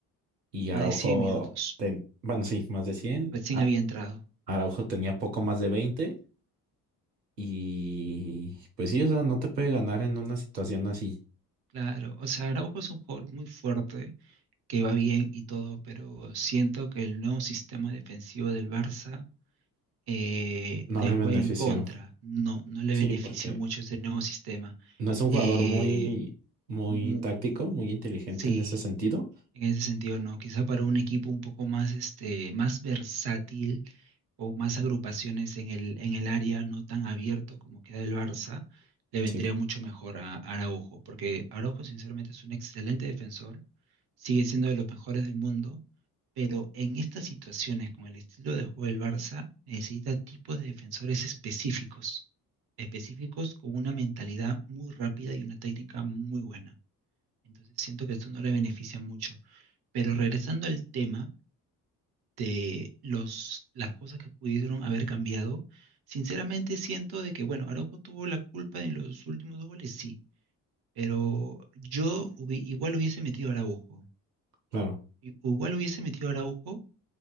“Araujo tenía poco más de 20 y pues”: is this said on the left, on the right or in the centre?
Right